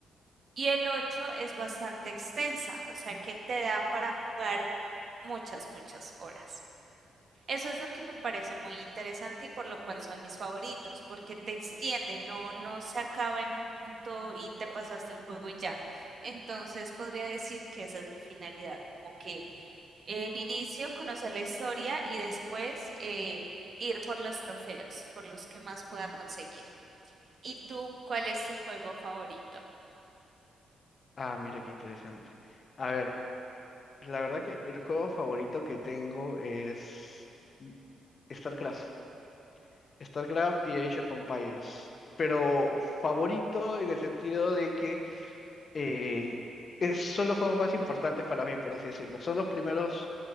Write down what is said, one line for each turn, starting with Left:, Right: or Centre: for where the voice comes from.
Right: y el 8 es bastante extensa, o sea que te da para jugar muchas, muchas horas. Eso es lo que me parece muy interesante y por lo cual son mis favoritos, porque te extiende, no, no se acaba en un punto y te pasaste el juego y ya. Entonces podría decir que esa es mi finalidad, como que en inicio conocer la historia y después eh, ir por los trofeos, por los que más pueda conseguir. ¿Y tú, cuál es tu juego favorito?
Left: Ah, mira qué interesante. A ver, la verdad que el juego favorito que tengo es StarCraft. StarCraft y Age of Empires. Pero favorito en el sentido de que eh, es- son los juegos más importantes para mí, por así decirlo. Son los primeros